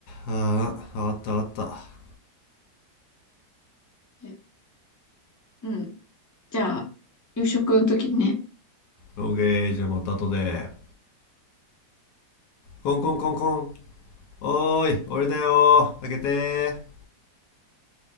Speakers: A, on the left; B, on the left.
A: ああ、わかったわかった。
B: え、うん。じゃあ、夕食の時にね。
A: オーケー、じゃあまた後で。コンコンコンコン。おーい、俺だよー。開けて